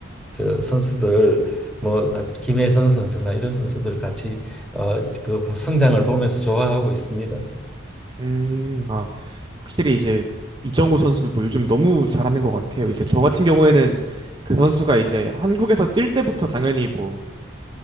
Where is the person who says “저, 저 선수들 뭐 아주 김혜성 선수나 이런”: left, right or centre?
Centre